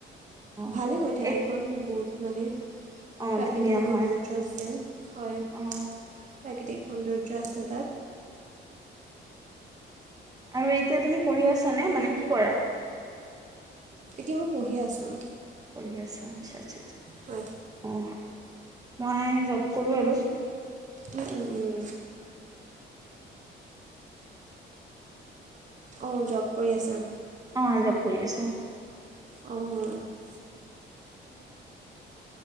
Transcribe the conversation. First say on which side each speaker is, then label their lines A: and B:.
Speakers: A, on the right; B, on the right.
A: অঁ
B: ভালেই হৈ থাক।
A: এই
B: ঠাইখন বহুত মানে
A: অঁ
B: প্ৰাকৃতিক
A: ধুনীয়া
B: সৌন্দৰ্য
A: হয়
B: আছে। হয়,
A: অঁ
B: প্ৰাকৃতিক সৌন্দৰ্য আছে তাত।
A: আৰু এতিয়া তুমি পঢ়ি আছানে? মানে কি কৰা?
B: এতিয়া মই পঢ়ি আছোঁ।
A: পঢ়ি আছে? আচ্ছা, আচ্ছা, আচ্ছা।
B: হয়।
A: অঁ, মই জব কৰোঁ আৰু।
B: উম, উম উম। অঁ, জব কৰি আছা।
A: অঁ, জব কৰি আছো।
B: অঁ
A: ত